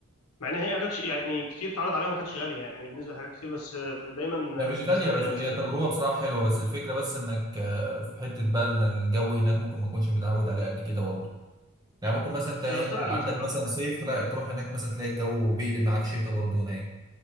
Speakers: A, on the left; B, on the right.
A: مع ان هي ما كانتش يعني كتير اتعرض عليها ما كانتش غاليه يعني بالنسبه لحاجات كتير بس آه، دايما
B: هي مش
A: آه،
B: غالية
A: بستبعد
B: بس
A: المسافه
B: هي تجربة بصراحة حلوة بس الفكرة بس انك آه، في حتة بقى ان الجو هناك ممكن ما تكونش متعود عليه قد كده برضه يعني ممكن مثلا انت هنا
A: انا بستبعد المسافه
B: عندك مثلا
A: اكتر حاجه
B: صيف تلاقي تروح هناك مثلا تلاقي الجو بيقلب معاك شتاء برضه هناك